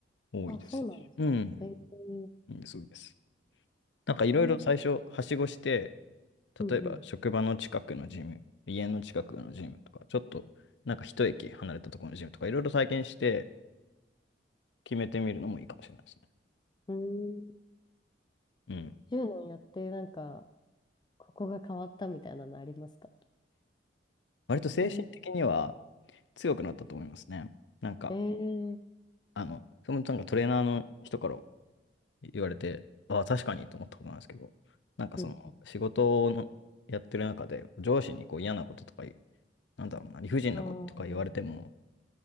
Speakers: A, on the left; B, on the left.
A: 多いですし。
B: あ、そうなんです。
A: うん。
B: えー、
A: いいですごいです。なんかいろいろ最初、
B: あんまり、
A: はしごして、
B: うんうん。
A: 例えば職場の近くのジム、家の近くのジムとか、ちょっと、なんか一駅離れたところのジムとか、いろいろ体験して決めてみるのもいいかもしれないですね。
B: うーん。
A: うん。
B: 10年やって、なんか、ここが変わったみたいなのありますか
A: 割と精神的には
B: <laughs>
A: 強くなったと思いますね。なんか、
B: ええー
A: あの、そのなんかトレーナーの人から言われて、ああ、確かにと思ったことなんですけど、なんかその仕事のやってる中で上司にこう嫌なこととか言う、
B: うん。
A: なんだろうな、理不尽なこととか言われても、
B: ああ、うん